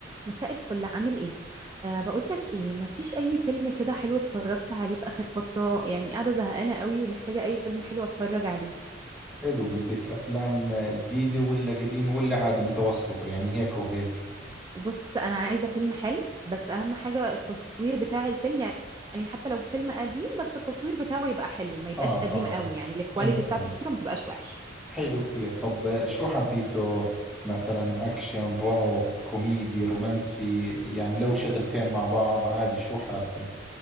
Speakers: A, on the right; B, in the centre.
A: مساء الفل عامل ايه؟ أه بقول لك ايه مفيش اي فيلم كده حلو اتفرجت عليه في اخر فترة يعني قاعدة زهقانة قوي ومحتاجة اي فيلم حلو اتفرج عليه
B: حلو بدك أفلام جديدة ولا قديمة ولا عادي متوسطة يعني هيك وهيك
A: بص انا عايزة فيلم حلو بس اهم حاجة التصوير بتاع الفيلم يعني يعني حتى لو فيلم قديم بس التصوير بتاعه يبقى حلو ما يبقاش
B: آه
A: قديم
B: آه
A: قوي
B: آه
A: يعني الكواليتي
B: فهمت
A: بتاعت
B: علي
A: الصورة ما تبقاش وحش
B: حلو كثير طب شو حبيته مثلا أكشن رعب كوميدي رومانسي يعني لو شغلتين مع بعض عادي شو حابة